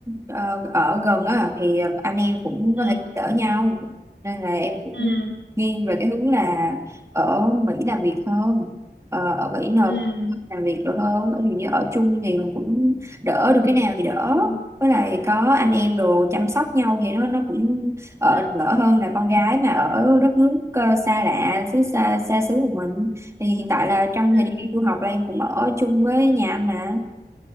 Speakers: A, on the right; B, on the left.
A: ờ, ở gần á thì anh em cũng
B: ừ
A: có thể đỡ nhau nên là em cũng
B: ừ
A: nghiêng về cái hướng là ở Mỹ làm việc hơn Ờ, ở Mỹ nộp
B: ừ ừ
A: làm việc được hơn ví dụ như ở chung thì mình cũng đỡ được cái nào thì đỡ
B: ừ.
A: với lại có anh em đồ chăm sóc nhau thì nó nó cũng ờ,
B: ừ,
A: đỡ hơn là con gái mà ở đất nước ờ, xa lạ xứ xa xa xứ của mình thì hiện tại là trong
B: ừ.
A: thời gian đi du học là em cũng ở chung với nhà anh nè